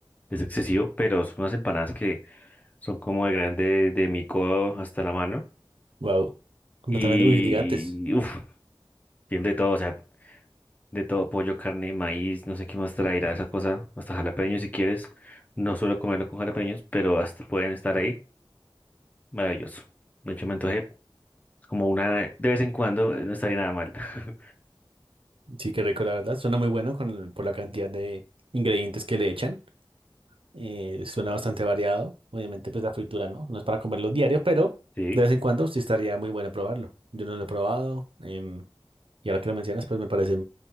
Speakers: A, on the left; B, on the right.
A: es excesivo, pero son unas empanadas que son como de grande de mi codo hasta la mano.
B: Wow, completamente.
A: Y
B: Uy, gigantes.
A: uff, tiene de todo, o sea, de todo, pollo, carne, maíz, no sé qué más traerá esa cosa, hasta jalapeños si quieres. No suelo comerlo con jalapeños, pero hasta pueden estar ahí. Maravilloso. De hecho, me antojé como una de vez en cuando, eh, no estaría nada mal. <laughs>
B: Sí, qué rico, la verdad. Suena muy bueno con, el- por la cantidad de ingredientes que le echan. Eh, suena bastante variado. Obviamente, pues la fritura, ¿no? No es para comerlo diario, pero
A: Sí,
B: de vez en cuando sí estaría muy bueno probarlo. Yo no lo he probado. em, y ahora que lo mencionas, pues me parece